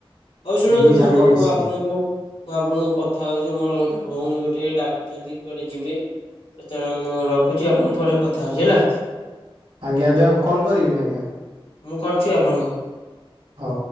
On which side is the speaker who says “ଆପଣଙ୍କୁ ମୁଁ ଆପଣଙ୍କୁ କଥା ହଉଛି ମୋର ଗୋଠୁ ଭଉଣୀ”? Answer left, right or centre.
Left